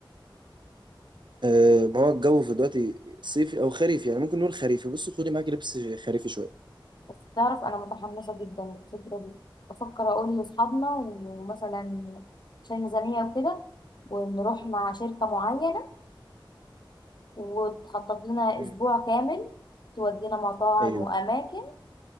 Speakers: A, on the right; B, on the left.
A: أه، ما هو الجو في دلوقتي صيفي او خريفي يعني ممكن نقول خريفي بصي خدي معاكي لبس خريفي شويه
B: بس تعرف انا متحمسه جدا للفكره دي بفكر اقول لاصحابنا ومثلا عشان ميزانيه وكده ونروح مع شركه معينه وتخطط لنا
A: مم.
B: اسبوع كامل تودينا مطاعم
A: ايوه
B: واماكن